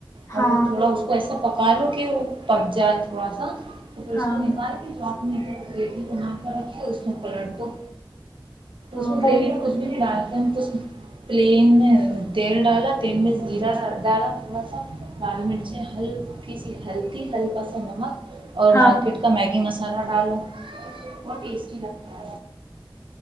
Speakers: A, on the right (about 85°); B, on the left (about 35°).
A: ا
B: ہاں
A: وہ تھوڑا اس کو ایسا ا پکا لو کہ وہ پک جائے تھوڑا سا تو پھر
B: ہاں
A: اس کو نکال کے جو آپ م نے بیٹیی بنا کر رکھی اس میں پلٹ دو
B: ہاں
A: اس ڈری
B: وہ
A: میں کچھ بھی نہیں ڈالیں پلین میں تیل ڈالا تیل میں زیرہ ڈالا تھوڑا سا لال مرچیں ہلکی سی ہلدی ہلکا سا نمک اور
B: ہاں
A: مارکیٹ کا میگی مسالہ ڈالو ب ٹیسٹی لگتا